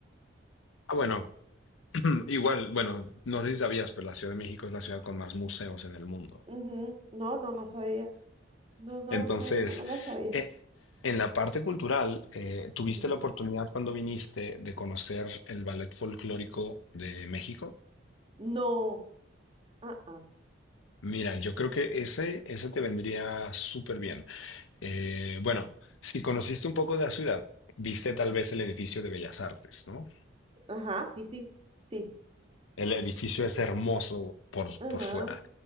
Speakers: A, on the left; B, on the right.
A: Ah, bueno, <clears throat> igual, bueno, no sé si sabías, pero la Ciudad de México es la ciudad con más museos en el mundo.
B: Ujú. No, no, no sabía. No, no,
A: Entonces,
B: o sea, no me la sabía.
A: eh, en la parte cultural, eh, ¿tuviste
B: Ujú.
A: la oportunidad cuando viniste de conocer el ballet folclórico de México?
B: No. Ah, ah.
A: Mira, yo creo que ese, ese te vendría súper bien. Eh, bueno, si conociste un poco de la ciudad, viste tal vez el edificio de Bellas Artes, ¿no?
B: Ajá, sí, sí. Sí.
A: El edificio es hermoso por,
B: Ajá,
A: por fuera,